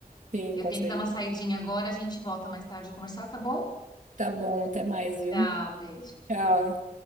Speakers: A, on the right; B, on the left.
A: sim,
B: Eu
A: com
B: tenho
A: certeza.
B: que dar uma saidinha agora, a gente volta mais tarde a conversar, tá bom?
A: Tá bom, até mais,
B: Tchau,
A: viu?
B: beijo.
A: Tchau.